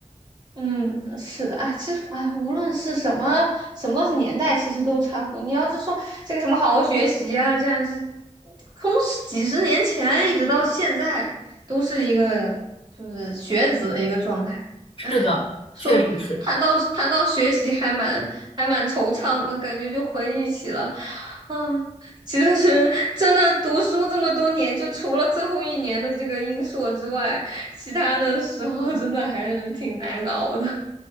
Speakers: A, on the right; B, on the left.
A: 嗯，是的，哎，其实哎，无论是什么什么年代，其实都差不多。你要是说这个什么好好学习啊，这样就是从十几十年前一直到现在，都是一个就是学子的一个状态。
B: 是的，
A: 哎，说谈到谈到学习，
B: 确实是。
A: 还蛮还蛮惆怅的感觉，就回忆起了嗯，其实真的读书这么多年，就除了最后一年的这个英硕之外，其他的时候真的还是挺难熬的。